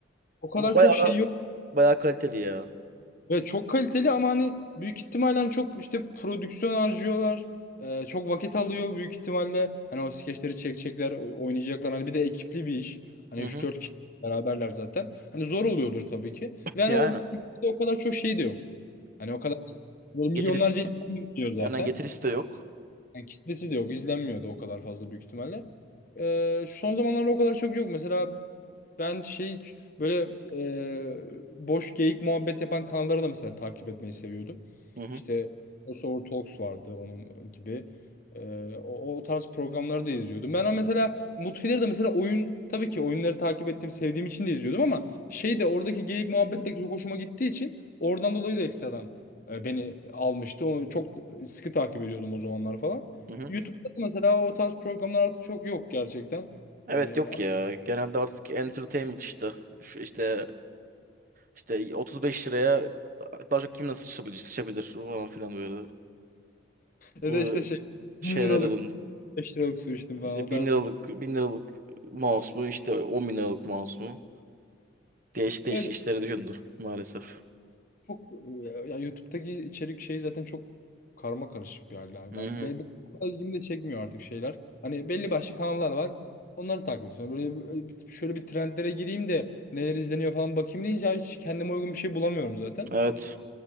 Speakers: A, on the left; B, on the right.
A: o kadar
B: Ama bayağı
A: çok şey
B: bayağı kaliteli ya.
A: Ve çok kaliteli ama hani büyük ihtimalle hani çok işte prodüksiyon harcıyorlar. Ee, çok vakit alıyor büyük ihtimalle. Hani o skeçleri çekecekler, o- oynayacaklar. Hani bir de ekipli bir iş. Hani
B: Hı
A: üç
B: hı.
A: dört kişi beraberler zaten. Hani zor oluyordur tabii ki. Ve hani
B: Yani
A: o o kadar çok şey de yok. Hani o kadar böyle milyonlarca
B: getirisi
A: izlenmiyor zaten.
B: yani getirisi de yok.
A: Yani kitlesi de yok, izlenmiyor da o kadar fazla büyük ihtimalle. Ee, son zamanlarda o kadar çok yok. Mesela ben şey böyle e, boş geyik muhabbet yapan kanalları da mesela takip etmeyi seviyordum.
B: Hı hı.
A: İşte O Talks vardı onun gibi. E, o, o tarz programları da izliyordum. Ben mesela Mutfileri de mesela oyun tabii ki oyunları takip ettiğim sevdiğim için de izliyordum ama şey de oradaki geyik muhabbet de çok hoşuma gittiği için oradan dolayı da ekstradan e, beni almıştı. Onu çok sıkı takip ediyordum o zamanlar falan.
B: Hı hı.
A: YouTube'da da mesela o tarz programlar artık çok yok gerçekten.
B: Evet
A: E,
B: yok ya. Genelde artık entertainment işte. Şu işte işte 35 liraya daha çok kim nasıl sıçrabilir, sıçabilir falan filan böyle. Bu
A: Ya da işte şey
B: şeylere
A: 1000 liralık
B: döndü.
A: 5 liralık su içtim falan
B: İşte
A: o tarz.
B: bin liralık bin liralık mouse mu işte on bin liralık mouse mu? Değişik değişik
A: Evet
B: işlere döndü maalesef.
A: çok ya ya YouTube'daki içerik şey zaten çok karma karışık bir hal yani.
B: Hı
A: Ben
B: hı.
A: benim benim ilgimi de çekmiyor artık şeyler. Hani belli başlı kanallar var. Onları takip ediyorsun. Hani Böyle böyle bir- şöyle bir trendlere gireyim de neler izleniyor falan bakayım deyince hiç kendime uygun bir şey bulamıyorum zaten.
B: Evet.